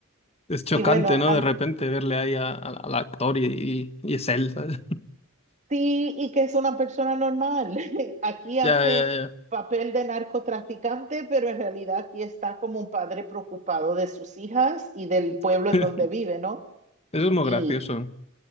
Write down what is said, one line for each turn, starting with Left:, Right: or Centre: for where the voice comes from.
Left: Es chocante,
Right: Y bueno,
Left: ¿no?
Right: al
Left: De repente verle ahí a- a- al actor y, y, y es él, ¿sabes? <laughs>
Right: sí, y que es una persona normal. <laughs> Aquí hace
Left: Ya, ya, ya.
Right: papel de narcotraficante, pero en realidad aquí está como un padre preocupado de sus hijas y del pueblo
Left: <laughs>
Right: en donde vive, ¿no?
Left: Eso es muy
Right: Y
Left: gracioso.